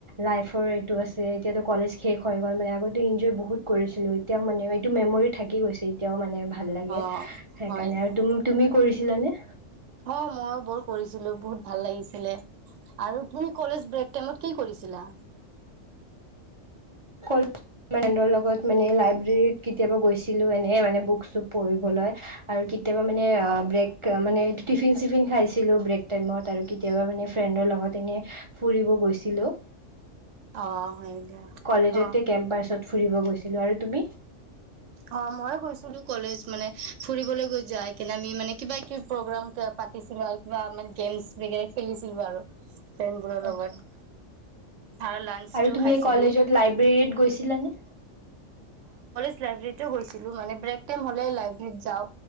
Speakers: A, on the right; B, on the right.
A: লাইফৰ এইটো আছে এতিয়াতো কলেজ শেষ হৈ গ'ল, মানে আগতে এনজয় বহুত কৰিছিলোঁ, এতিয়াও মানে এইটো মেম'ৰি থাকি গৈছে এতিয়াও মানে। ভাল লাগে,
B: অ',
A: সেইকাৰণে
B: হয় দিয়া।
A: আৰু তুম-তুমি কৰিছ জিলানে?
B: অ', মইয়ো বৰ কৰিছিলোঁ, বহুত ভাল লাগিছিলে। আৰু তুমি কলেজ ব্ৰেক টাইমত কি কৰিছিলা?।
A: <inaudible> ফ্ৰেণ্ডৰ লগত মানে লাইব্ৰেৰীত কেতিয়াবা গৈছিলোঁ, এনেই মানে বুক-চুক পঢ়িবলৈ, আৰু কেতিয়াবা মানে, অহ, ব্ৰেক মানে টিফিন-চিফিন খাইছিলোঁ ব্ৰেক টাইমত, আৰু কেতিয়াবা মানে ফ্ৰেণ্ডৰ লগত এনেই ফুৰিব গৈছিলোঁ।
B: অ', হয় দিয়া।
A: <unintelligible>
B: অ
A: কেম্পাৰ্চ ত ফুৰিব গৈছিলোঁ আৰু তুমি?
B: অ মইয়ো গৈছিলো কলেজ মানে ফুৰিবলৈ গৈ যায়কেনে আমি মানে কিবা কিবি প্ৰগ্ৰাম পা-পাতিছিলোঁ আৰু কিবা গেমছ বেগেৰা খেলিছিলোঁ আৰু। ফ্ৰেণ্ডবোৰৰ
A: আচ্ছা
B: লগত। আৰু লাঞ্চটো
A: আৰু তুমি
B: খাইছিলো
A: এই কলেজত লাইব্ৰেৰীত গৈছিলানে?
B: <unintelligible> তো গৈছিলোঁ মানে ব্ৰেক টাইম হ'লে লাইব্ৰেৰীত যাওঁ